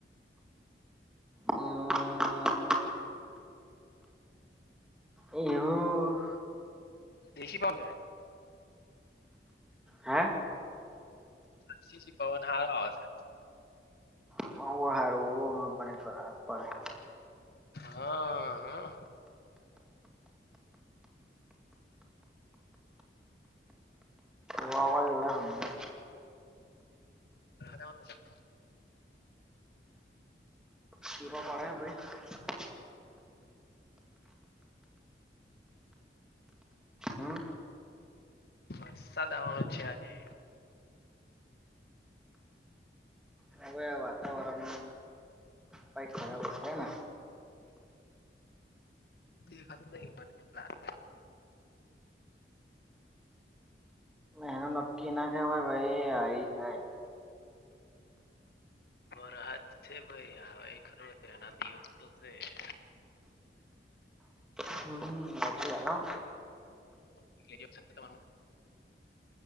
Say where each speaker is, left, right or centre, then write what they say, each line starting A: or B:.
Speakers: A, in the centre; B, on the left.
A: હમ એવું
B: એસી પણ જાય
A: હે
B: એસી થી પવન હારો આવશે
A: <unintelligible> હારુ મને જ વરસાદ પડહે
B: હા હા
A: વાવાજોડા હામે
B: વરસાદ આવેને મુ જાગતો
A: ટીપા પડે? હા ભઈ હમ્મ.
B: વરસાદ આવાનો છે આજે.
A: હવે વાતાવરણને બાઈક ખરાબ હ તો છે ને?
B: દેખાતું જ નહી મને એવું લાગે
A: એનું નક્કી ના કેહેવાય ભાઈ આઈ જાય.
B: વરહાદ છે ભાઈ આવે ખરોને એના દિવસ તો છે <inaudible>
A: હમ્મ હાચી વાત હો
B: તો કે <unintelligible> આપશો તમાર મને